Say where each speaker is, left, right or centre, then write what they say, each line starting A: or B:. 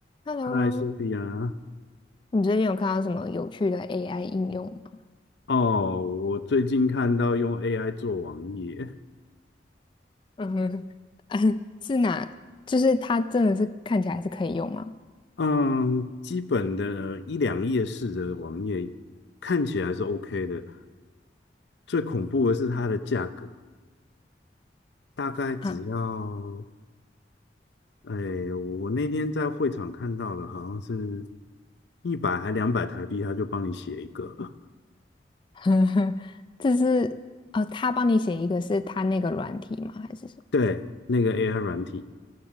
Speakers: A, on the left; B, on the left.
A: Hello，
B: 嗨，苏菲亚。
A: 你最近有看到什么有趣的 AI 应用吗？
B: 哦，我最近看到用 AI 做网页，
A: 嗯哼，<laughs> 嗯是哪？就是它真的是看起来是可以用吗？
B: 嗯，基本的一两页式的网页看起来是 OK 的。最恐怖的是它的价格，大概只要，
A: 啊，
B: 哎，我那天在会场看到的，好像是一百还两百台币，他就帮你写一个。
A: <laughs> 这是哦，他帮你写一个是他那个软体吗？还是什么？
B: 对，那个 AI 软体，